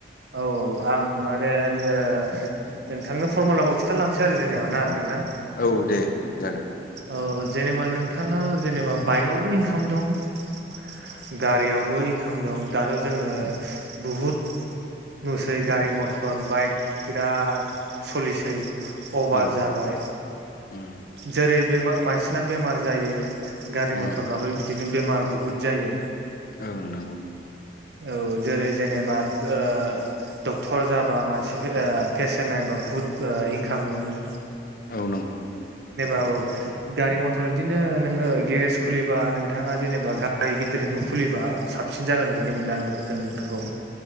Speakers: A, on the right; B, on the left.
A: औ औ। आं माने ओ नोंथांनो फरमुलाखौ खिन्थालांसै आरो जेनेबा ना नोंथां।
B: औ दे जागोन
A: औ जेनेबा नोंथाङा जेनेबा बाइकआवबो इनकाम दं गारियावबो इनकाम दं। दाथ' जोङो
B: उम
A: बहुत नुसै गारि मथर बाइक बिराद सलिसै। अभार
B: औ
A: जाबाय
B: उम
A: जेरै बे मानसिना बेमार जायो, गारि
B: उम
A: मथरफ्राबो बिदिनो बेमार बहुद जायो।
B: औ नंगौ।
A: औ जेरै जेनेबा ओ डक्टर जाबा मानसि पेसेन्ट नायबा बुहुथ इनकाम मोनो,
B: औ नंगौ।
A: औ गारि मथर बिदिनो नो गेरेज खुलिबा नोंथाङा जेनेबा गारि गिदिरखौ खुलिबा साबसिन जागोन बाय दि मोनदों जों।